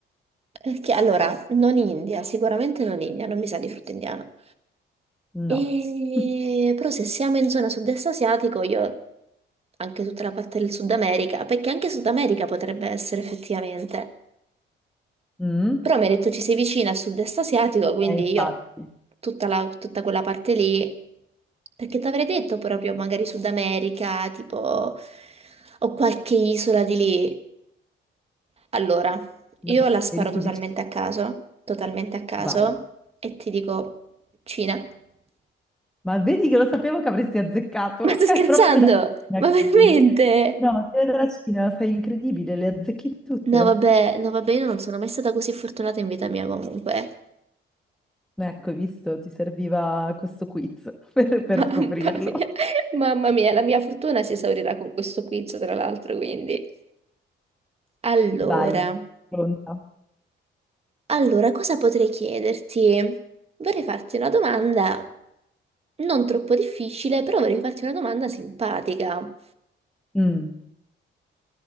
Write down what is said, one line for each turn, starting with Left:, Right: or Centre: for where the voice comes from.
Right: Perché allora, non India, sicuramente non India, non mi sa di frutto indiano.
Centre: No.
Right: E-
Centre: <laughs>
Right: Però se siamo in zona sud-est asiatico, io anche tutta la parte del Sud America, perché anche Sud America potrebbe essere effettivamente.
Centre: Mm?
Right: Però mi ha detto ci sei vicina al sud-est asiatico, quindi
Centre: Eh, infatti,
Right: io tutta, la- tutta quella parte lì, perché ti avrei detto proprio magari Sud America, tipo, o qualche isola di lì. Allora,
Centre: no,
Right: io la sparo
Centre: eri più
Right: totalmente
Centre: vicino.
Right: a caso, totalmente a caso,
Centre: Vai.
Right: e ti dico Cina. <laughs>
Centre: Ma vedi che lo sapevo che avresti azzeccato?
Right: Ma sto
Centre: <laughs>
Right: scherzando?
Centre: È proprio dalla Cina
Right: Ma
Centre: che
Right: veramente?
Centre: viene. No, è dalla Cina, sei incredibile, le azzecchi tutte.
Right: No, vabbè, no, vabbè, io non sono mai stata così fortunata in vita mia comunque.
Centre: Ecco, hai visto, ti serviva questo quiz <laughs> per, per
Right: Mamma
Centre: scoprirlo.
Right: mia, mamma mia, la mia fortuna si esaurirà con questo quiz, tra l'altro, quindi. Allora,
Centre: Vai, pronta.
Right: allora, cosa potrei chiederti? Vorrei farti una domanda non troppo difficile, però vorrei farti una domanda simpatica.
Centre: Mm,